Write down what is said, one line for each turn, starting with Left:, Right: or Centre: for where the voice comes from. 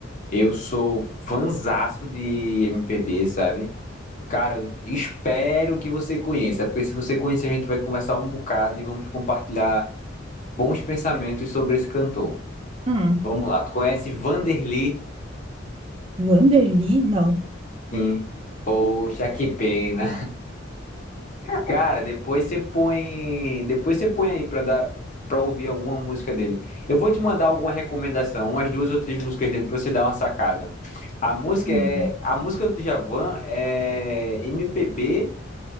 Left: Eu sou fanzaço de MPB, sabe? Cara, espero que você conheça, porque se você conhecer, a gente vai conversar um bocado e vamos compartilhar bons pensamentos sobre esse cantor.
Right: Hum,
Left: Vamos lá, tu conhece Vanderlei?
Right: Wanderly? Não.
Left: Sim. Poxa, que pena. Cara, depois você põe, depois você põe aí pra dar, para ouvir alguma música dele. Eu vou te mandar alguma recomendação, umas duas ou três músicas dele para você dar uma sacada. A música
Right: Uhum,
Left: é, a música do Djavan é MPB